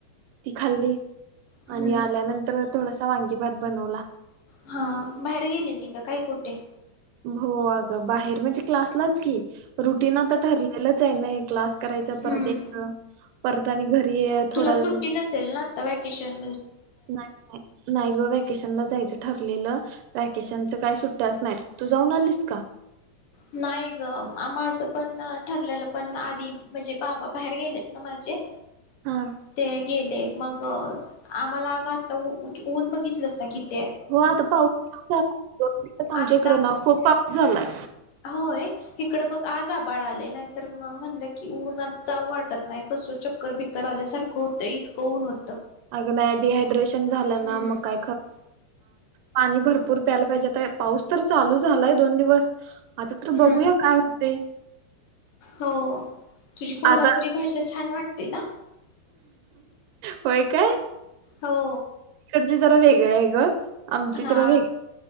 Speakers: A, on the right; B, on the left.
A: ती खाल्ली
B: हम्म.
A: आणि आल्यानंतर थोडसा वांगी भात बनवला
B: हा बाहेर गेलेली का काय कुठे
A: हो अगं बाहेर म्हणजे क्लासलाच की रुटीन आता ठरलेलंच आहे नाय क्लास करायचं
B: हम्म
A: परतयायचं परत आणि घरी
B: तुला
A: थोडा
B: सुट्टी नसेल ना आता व्हॅकेशन
A: नाही नाही ग वॅकेशन ला जाय ठरलेलं वॅकेशन काही सुट्टच नाहीत तू जाऊन आलीस का
B: नाही ग माझं पण ठरलेलं पण आधी म्हणजे बाबा बाहेर गेलेत ना माझे
A: हा
B: ते गेले मग आम्हाला अग आताऊन बघितलंस का कीती
A: हो आता पाऊस झालं <unintelligible>
B: आता
A: इकड ना खूप पाऊस झालाय
B: होय इकडं बघ आज आ बाळ आले नाय तर मग म्हणलं की ऊन जाचाऊ वाटत नाही कसं चक्कर बीक्कर आल्यासारखं होतं इतकं ऊन होत
A: अग नाही डिहायड्रेशन झालं
B: हम्म
A: ना मग काय ख पाणी भर भरपूर प्यायला पाहिजे पाऊस तर चालू झालाय दोन दिवस आता तर
B: ह
A: बघूया काय होते
B: हो तुझी कोल्हापुरी
A: आता
B: भाषा छान वाट ते ना
A: होय काय
B: हो
A: जे जरा वेगळे आहे ग आमची
B: हा
A: तर र